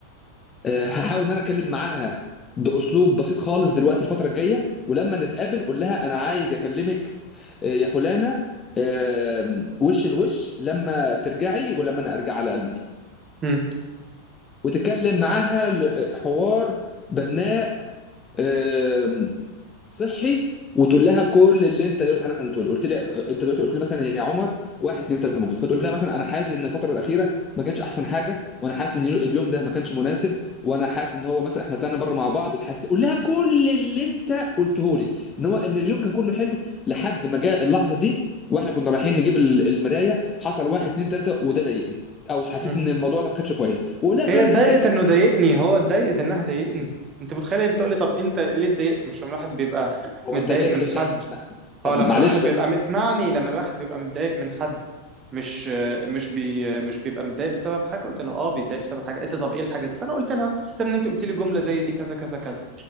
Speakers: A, on the left (about 20°); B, on the right (about 25°).
A: آه، هحاول ان انا اتكلم معاها باسلوب بسيط خالص دلوقتي الفتره الجايه ولما نتقابل قول لها انا عايز اكلمك آه، يا فلانه آه، وش الوش لما ترجعي ولما انا ارجع على المانيا
B: مم.
A: وتتكلم معاها ل- حوار بناء آه، صحي وتقول لها كل اللي انت دلوقتي حالا قلته لي قلت لي انت دلوقتي قلت لي مثلا يا عمر واحد اتنين تلاته موجود فتقول لها مثلا انا حاسس ان الفتره الاخيره ما كانتش احسن حاجه وانا حاسس ان اليوم ده ما كانش مناسب وانا حاسس ان هو مثلا احنا طلعنا بره مع بعض وحاسس قول لها كل اللي انت قلته لي ان هو ان اليوم كان كله حلو لحد ما جاء اللحظه دي واحنا كنا رايحين نجيب ال- المرايه حصل واحد اتنين تلاته وده ضايقني او حسيت
B: مم.
A: ان الموضوع ده ما كانش كويس وقول لها
B: هي
A: فعلا
B: اتضايقت
A: اللي ضايقك
B: إنه ضايقني هو اتضايقت إنها ضايقني أنت متخيل هي بتقولي طب أنت ليه اتضايقت مش لما الواحد بيبقى
A: هو
B: متضايق
A: انت ليه
B: من
A: انت
B: حد
A: ما- طب
B: أو لما
A: معلش
B: الواحد
A: بس
B: بيبقى اسمعني لما الواحد بيبقى متضايق من حد مش مش بي مش بيبقى متضايق بسبب حاجه قلت لها اه بيتضايق بسبب حاجه قالت لي طب ايه الحاجه دي فانا قلت لها قلت لها ان انت قلت لي جمله زي دي كذا كذا كذا